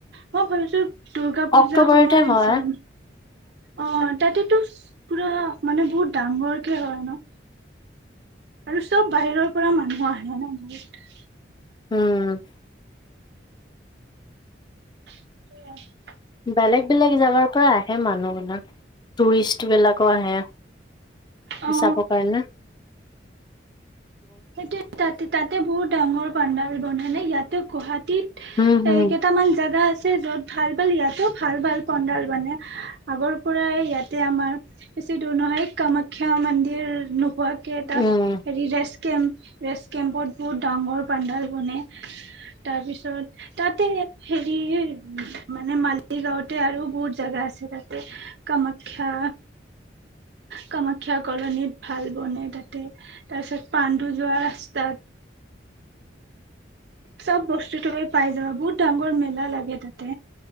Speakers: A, on the right; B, on the left.
A: মই ভাবিছো দুৰ্গা পূজা
B: অক্টোবৰতে
A: সময়ত
B: হয়
A: যাম। অ' তাতেতো পুৰা মানে বহুত ডাঙগৰকে হয়। ন' আৰু চব বাহিৰৰ পুৰা মানুহ আহে ন বহুত।
B: উম।
A: <unintelligible> <inaudible>
B: বেলেগ বেলেগ জেগাৰ পৰা আহে মানুহবিলাক, টুৰিষ্টবিলাকো আহে।
A: অ
B: চাব পাৰে না?
A: সেইটো তাতে তাতে বহুত ডাঙৰ পাডাল বন নাই ইয়াতে গুৱাহাটীত
B: উম হম
A: এ কেইটামান জেগা আছে। যত ভাল ভাল ইয়াতো ভাল ভাল পেণ্ডেল মানে আগৰ পৰাই ইয়াতে আমাৰ বেছি দূৰ নহয় কামাখ্যা মন্দিৰ। খুৱা কেইটা
B: উম
A: ৰিজেচ। কেম্প ৰেষ্ট কেম্পত বহুত ডাঙৰ পেণ্ডেল বনাই তাৰপিছত তাতে হেৰি মানে মালিগাঁওতে আৰু বহুত জেগা আছে তাতে কামাখ্যা কামাখ্যা কলনীত ভাল বনে তাতে তাৰপিছত। পাণ্ডু যোৱা ৰাস্তাত। চব বস্তু তুমি পাই যাবা, বহুত ডাঙৰ মেলা লাগে তাতে।